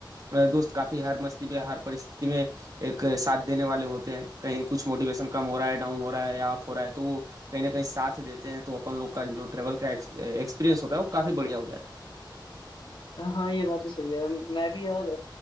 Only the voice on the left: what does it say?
हाँ हाँ, ये बात तो सही है मैं भी यार